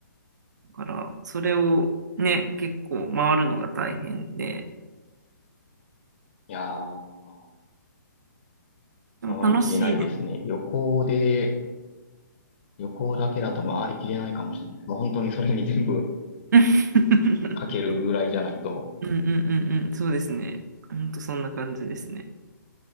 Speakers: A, on the right; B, on the left.
A: だから、それをね、結構回るのが大変で、
B: やー、
A: でも楽しいです。
B: 回りきれないですね。旅行で、旅行だけだと回りきれないかもしれない。もう本当にそれに全部
A: <laughs>
B: かけるぐらいじゃないと。
A: うんうんうんうん、そうですね。ほんとそんな感じですね。